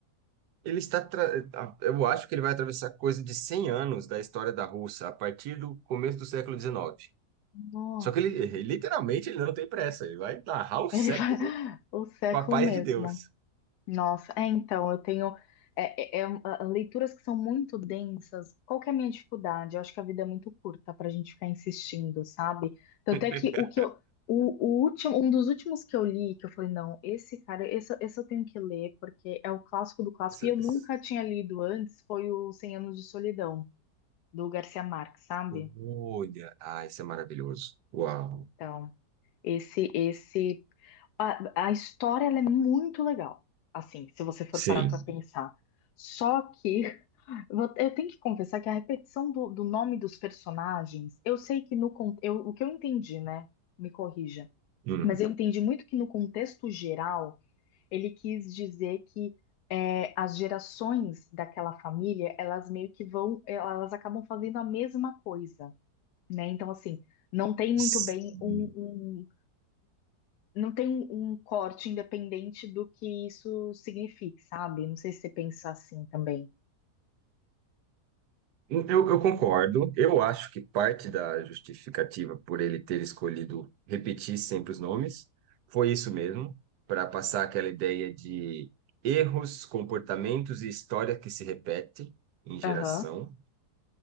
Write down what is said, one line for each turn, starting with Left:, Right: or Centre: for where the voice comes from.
Right: Ele está, tra- a- eu acho que ele vai atravessar coisa de 100 anos da história da Rússia a partir do começo do século XIX.
Left: Nossa,
Right: Só que ele, ele- literalmente, ele não tem pressa. Ele vai narrar o
Left: ele
Right: século
Left: vai <laughs> o século
Right: com a paz
Left: mesmo.
Right: de Deus.
Left: Nossa, é, então, eu tenho é, é, é, ah, leituras que são muito densas. Qual que é a minha dificuldade? Eu acho que a vida é muito curta para a gente ficar insistindo, sabe? Tanto
Right: <laughs>
Left: é que o que eu, o, o último, um dos últimos que eu li, que eu falei, não, esse cara, esse, esse eu tenho que ler, porque é o clássico do clássico,
Right: Isso-
Left: e eu nunca
Right: isso-
Left: tinha lido antes, foi o Cem Anos de Solidão, do Garcia Marques, sabe?
Right: Olha, ah, isso é maravilhoso. Uau.
Left: Então, esse, esse, a, a história ela é muito legal, assim, se você for
Right: Sim.
Left: parar para pensar. Só que <laughs> vou- eu tenho que confessar que a repetição do, do nome dos personagens, eu sei que no con- eu, o que eu entendi, né? Me corrija,
Right: Hum.
Left: mas eu entendi muito que no contexto geral ele quis dizer que é, as gerações daquela família, elas meio que vão, elas acabam fazendo a mesma coisa, né? Então assim, não tem muito
Right: Sim.
Left: bem um um não tem um, um corte independente do que isso signifique, sabe? Não sei se você pensa assim também.
Right: Eu, eu concordo. Eu acho que parte da justificativa por ele ter escolhido repetir sempre os nomes foi isso mesmo, para passar aquela ideia de erros, comportamentos e história que se repete em geração.
Left: Aham.